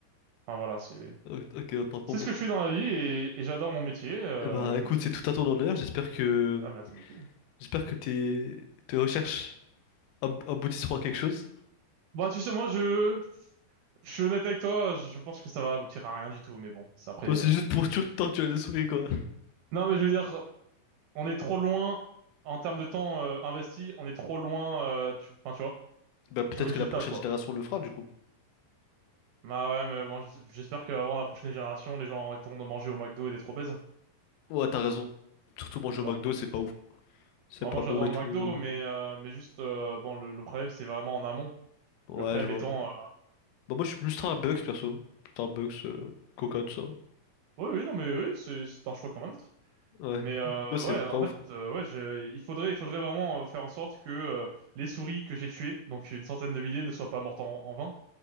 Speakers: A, on the right; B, on the left.
A: Enfin, voilà, c'est
B: O- Ok, autant pour
A: c'est
B: moi.
A: ce que je fais dans la vie et, et j'adore mon métier. euh,
B: Eh Bah
A: et puis,
B: écoute,
A: euh,
B: c'est tout à ton honneur. J'espère que
A: ah, merci beaucoup.
B: j'espère que tes tes recherches ab- aboutisseront à quelque chose.
A: Bah tu sais, moi, je, Je suis honnête avec toi, je pense que ça va aboutir à rien du tout, mais bon, c'est après.
B: Toi, c'est
A: euh.
B: juste pour tu- torturer des souris, quoi.
A: Non, mais je veux dire, on est trop loin en termes de temps euh, investi, on est trop loin, euh, tu... enfin tu vois,
B: Bah peut-être
A: du résultat
B: que la prochaine
A: quoi.
B: génération le fera, du coup.
A: Bah ouais, mais bon, j'es- j'espère qu'avant la prochaine génération, les gens arrêteront de manger au McDo et d'être obèses,
B: Ouais, t'as raison. Surtout manger
A: tu
B: au
A: vois.
B: McDo, c'est pas ouf. C'est
A: Bah,
B: pas
A: moi, j'adore
B: bon et
A: le
B: tout.
A: McDo, mais euh, mais juste, euh, bon, le, le problème c'est vraiment en amont.
B: Ouais,
A: Le problème
B: je vois.
A: étant, euh,
B: Bah moi je suis plus Starbucks perso. Starbucks, euh, Coca, tout ça.
A: oui, oui, non, mais oui, c'est c'est un choix comme un autre.
B: Ouais.
A: Mais euh,
B: Toi c'est
A: ouais,
B: pas
A: en fait,
B: ouf.
A: euh, ouais, je- il faudrait, il faudrait vraiment euh, faire en sorte que euh, les souris que j'ai tuées, donc une centaine de milliers, ne soient pas mortes en, en vain.